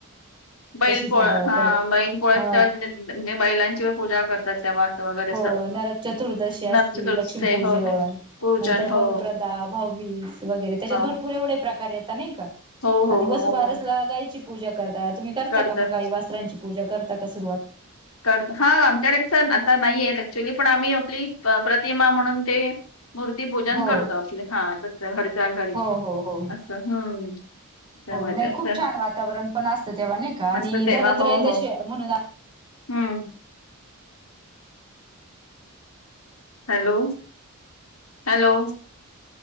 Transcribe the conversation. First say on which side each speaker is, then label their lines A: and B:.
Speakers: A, on the left (about 70°); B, on the right (about 20°).
A: बैल
B: झालं
A: पोळ हा
B: परत
A: बैल पोळ्यात
B: अ
A: म्हणजे म्हजे बैलांची पूजा करतात तेव्हा असं वगैरे
B: हो
A: असं
B: नरक चतुर्दशी असतील
A: नरक चतुर्थी
B: लक्ष्मीपूजन
A: हो हो पूजन
B: नंतर
A: हो
B: बलिप्रदा भव्य वर त्याच्यात
A: हा
B: भरपूर एव प्रेत नाही का
A: हो हो
B: आणि वला
A: हो हो
B: गयची पूजा करता तुम्ही करता
A: करतात
B: का मग आई वासरांची पूजा करता का सुरुवात
A: करतो हा आमच्या टच आता नाही आहेत ऍक्च्युली पण आम्ही आपली प्रतिमा म्हणून ते मूर्ती पोजन
B: हो
A: करतो आपले हा तस हरीचा घरी
B: हो हो हो
A: असं हम्म त्यामुळे
B: हो नाही
A: तर
B: खूप छान वातावरण पण असतं तेव्हा नाही का आणि
A: असत तेव्हा
B: धनोत्रयदश
A: हो हो
B: म्हणून
A: हम्म हॅलो हॅलो